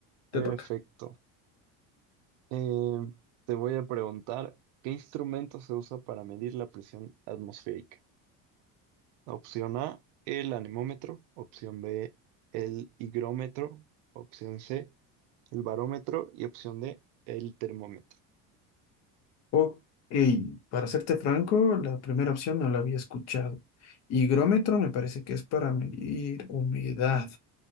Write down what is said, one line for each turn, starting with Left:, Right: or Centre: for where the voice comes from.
Right: Perfecto.
Left: te toca.
Right: Eh, te voy a preguntar, ¿qué instrumento se usa para medir la presión atmosférica? Opción A, el anemómetro. Opción B, el higrómetro. Opción C, el barómetro. Y opción D, el termómetro.
Left: Ok, para serte franco, la primera opción no la había escuchado. Higrómetro me parece que es para medir humedad.